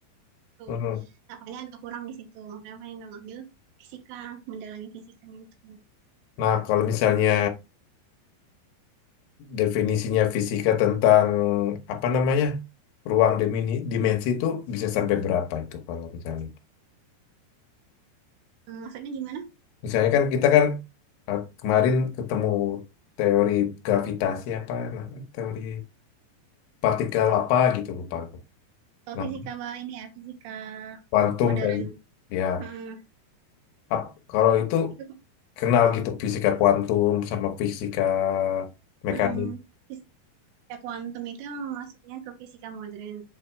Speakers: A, on the right; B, on the left.
A: tuh.
B: hmm.
A: Nah, makanya agak kurang di situ. Makanya apa yang nggak ngambil fisika, mendalami fisikanya itu.
B: nah kalau misalnya definisinya fisika tentang apa namanya ruang dimini, dimensi itu bisa sampai berapa itu kalau misalnya
A: Hmm, maksudnya gimana?
B: misalnya kan kita kan eh, kemarin ketemu teori gravitasi apa na- teori partikel apa gitu lupa aku
A: Kalau
B: nah
A: fisika bah, ini ya fisika
B: kuantum
A: modern.
B: kan ya
A: Hmm,
B: ap- kalau itu
A: itu
B: kenal gitu fisika kuantum sama fisika mekanik
A: hmm, fisika kuantum itu emang masuknya ke fisika modern.